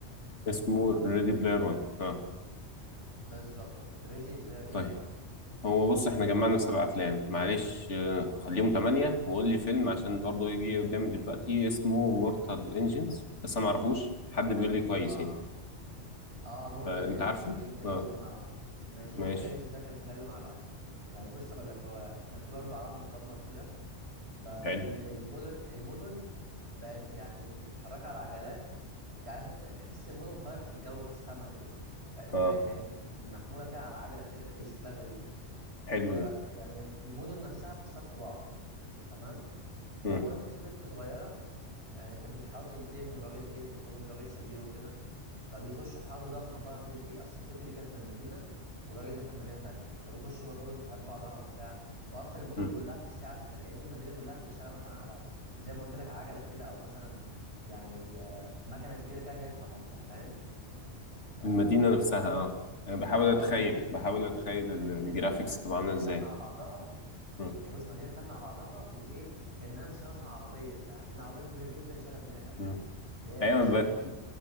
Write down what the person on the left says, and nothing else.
اسمه ريدي بلاير 1 اه
طيب
هو بص احنا جمعنا سبع افلام معلش آه، خليهم تمانية وقول لي فيلم عشان برضه يجي قدامي دلوقتي اسمه مورتال انجنز بس انا معرفوش حد بيقول لي كويس
يعني
فانت
عارفه
اه
ماشي
حلو
اه
حلو
ده
مم.
مم.
المدينة نفسها
اه انا بحاول
اتخيل
بحاول اتخيل
ال- الجرافيكس
تبقى
عاملة ازاي
مم.
مم.
ايوه
ب-